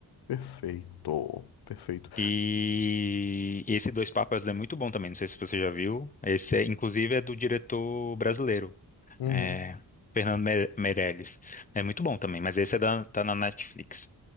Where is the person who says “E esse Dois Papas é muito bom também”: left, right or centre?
Left